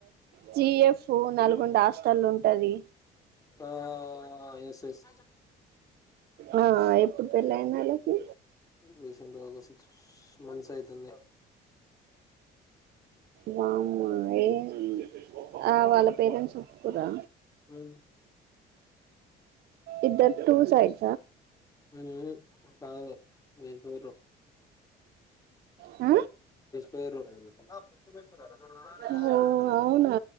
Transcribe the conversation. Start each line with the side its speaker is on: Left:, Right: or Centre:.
Right: జిఎఫ్ నల్గొండ హాస్టల్లుంటది.
Left: ఆ యస్ యస్
Right: ఆ ఎప్పుడు పెళ్లైంది. ఆళ్ళకి
Left: రీసెంట్ గా ఒక సిక్స్ స్ మంత్స్ అయితుంది.
Right: వామ్మా ఏయ్ ఆ వాళ్ళ పేరెంట్స్ ఒప్పుకురా
Left: ఉమ్
Right: ఇద్దర్ టూ సైడ్
Left: నేను పోను కాద్ లే లేష్ పోయిర్రో
Right: అ
Left: పేర్లు రాయండి ఆ ఫస్ట్ పేపర్ రాయాలా
Right: ఓ అవునా